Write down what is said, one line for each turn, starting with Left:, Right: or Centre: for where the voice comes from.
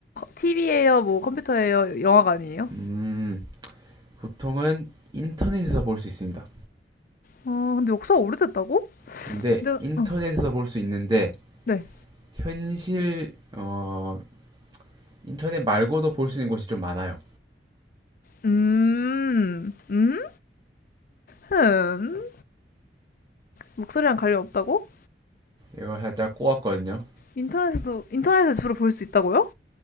Left: TV예요? 뭐 컴퓨터예요? 영화관이에요?
Right: 음, 보통은 인터넷에서 볼 수 있습니다.
Left: 어, 근데 역사가 오래됐다고?
Right: 근데
Left: 근데,
Right: 인터넷에서
Left: 어,
Right: 볼 수 있는데
Left: 네.
Right: 현실 어 인터넷 말고도 볼 수 있는 곳이 좀 많아요.
Left: 음, 음, 흠. 목소리랑 관련 없다고?
Right: 이거 살짝 꼬았거든요.
Left: 인터넷에서, 인터넷에서 주로 볼 수 있다고요?